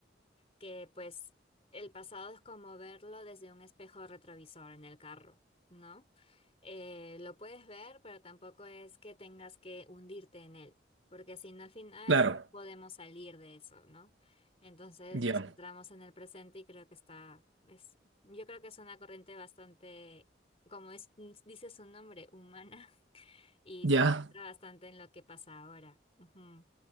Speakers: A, on the left; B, on the right.
A: que pues el pasado es como verlo desde un espejo retrovisor en el carro, ¿no? Eh, lo puedes ver, pero tampoco es que tengas que hundirte en él, porque si no al final
B: Claro.
A: no podemos salir de eso, ¿no? Entonces
B: Ya.
A: nos centramos en el presente y creo que está, es, yo creo que es una corriente bastante, como es, dice su nombre, humana, <laughs> y
B: Ya.
A: se centra bastante en lo que pasa ahora. Ujú.